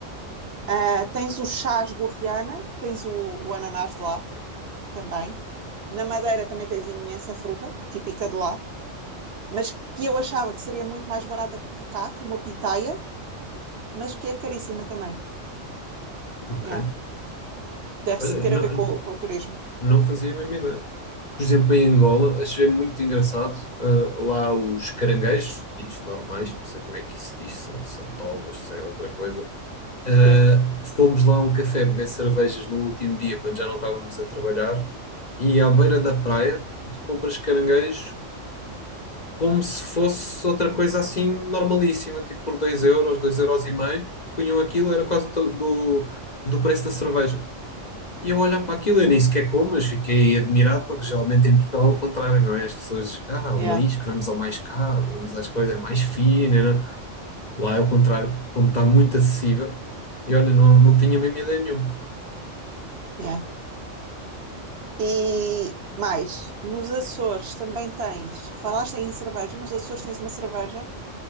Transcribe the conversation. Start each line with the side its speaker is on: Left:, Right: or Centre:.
Right: Uh, tens o chás gorriana, tens o, o ananás de lá também. Na Madeira também tens imensa fruta, típica de lá, mas que eu achava que seria muito mais barata que cá, como a pitaia, mas que é caríssima também.
Left: Ok.
Right: Yeah. Deve-se
Left: Olha,
Right: ter
Left: não.
Right: a ver com, com o turismo.
Left: Não fazia a mesma ideia. Por exemplo, em Angola, achei muito engraçado ah, lá os caranguejos, ditos normais, não sei como é que isso diz, são santolas, sei outra coisa. Ah,
Right: <laughs>
Left: fomos lá a um café beber cervejas no último dia, quando já não estávamos a trabalhar, e à beira da praia, compras caranguejos como se fosse outra coisa assim normalíssima, tipo por dois euros, 2 euros e meio, punham aquilo, era quase do, do preço da cerveja. E eu olhar para aquilo, eu nem sequer como, mas fiquei admirado porque geralmente em Portugal é o contrário, não é? As pessoas, ah,
Right: Yeah,
Left: o marisco, vamos ao mais caro, vamos às coisas é mais finas, não é? Lá é o contrário, como está muito acessível. E olha, não, não tinha mesmo ideia nenhuma.
Right: yeah. E mais, nos Açores também tens, falaste em cerveja, nos Açores tens uma cerveja